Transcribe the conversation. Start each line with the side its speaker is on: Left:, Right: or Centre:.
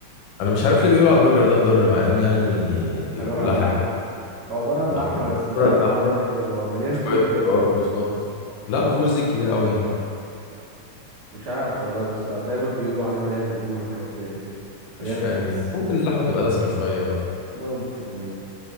Left: أنا مش عارف ليه بيقولوا على البرجر ده مضر مع إنه يعني بيبقى
Right: عبارة
Left: كلها
Right: عن
Left: حاجات
Right: لحمة هو عبارة عن
Left: مضرة
Right: لحمة بس مش عارف
Left: اللحمة
Right: هو ليه مضر هو مليان
Left: شوية
Right: زيوت باين
Left: خضار
Right: برضه
Left: وصوصات لا ما فيهوش زيت كتير قوي يعني
Right: مش عارف والله بس دايما بيقولوا عليه مليان دهون وحاجات زي كده مليان
Left: مش فاهم
Right: فاتس
Left: ليه ممكن اللحمه تبقى دسمه شويه اه
Right: ممكن ايوه